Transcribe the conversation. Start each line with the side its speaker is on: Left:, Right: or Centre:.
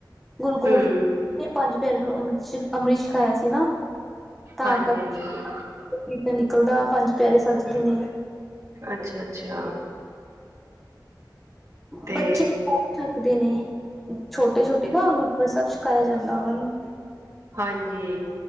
Centre: ਗੁਰੂ ਗੋਬਿੰਦ
Right: ਹੂੰ
Centre: ਸਿੰਘ ਜੀ ਨੇ ਪੰਜ ਫਿਰ ਅੰਮ੍ਰਿਤ ਛਕਾਇਆ ਸੀ ਨਾ ਤਾਂ
Right: ਹਾਂਜੀ
Centre: ਕਰਕੇ
Right: ਹਾਂਜੀ
Centre: ਨਗਰ ਕੀਰਤਨ ਨਿਕਲਦਾ ਪੰਜ ਪਿਆਰੇ ਸੱਜਦੇ ਨੇ
Right: ਅੱਛਾ, ਅੱਛਾ। ਤੇ
Centre: ਬੱਚੇ ਬਹੁਤ ਥੱਕਦੇ ਨੇ ਛੋਟੇ- ਛੋਟੇ ਕਿਹੜਾ ਅਮਿਤ ਛਕਾਇਆ ਜਾਂਦਾ ਉਹਨਾਂ ਨੂੰ
Right: ਹਾਂਜੀ!